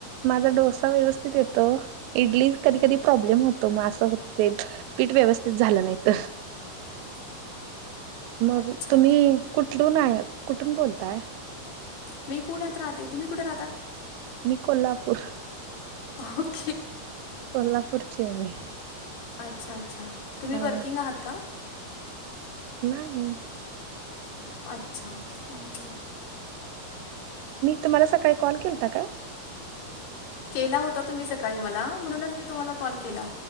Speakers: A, on the right; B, on the left.
A: माझा डोसा व्यवस्थित येतो इडली कधी कधी प्रॉब्लेम होतो म असं. ते पीठ व्यवस्थित झालं नाही तर.
B: <inaudible>
A: मग
B: अच्छा
A: तुम्ही कुठ लुन आहे कुठून बोलताय?
B: मी पुण्यात राहते तुम्ही कुठे राहता?
A: मी कोल्हापूर.
B: अ ह <unintelligible>
A: कोल्हापूरचे हाय मी.
B: अच्छा-अच्छा तुम्ही
A: हा
B: वर्किंग आहात का?
A: नाही.
B: अच्छा. ओके
A: हम्म <unintelligible> मी तुम्हाला सकाळी कॉल केलता काय?
B: केला होता तुम्ही सकाळी मला. म्हणूनच मी तुम्हाला कॉल केला.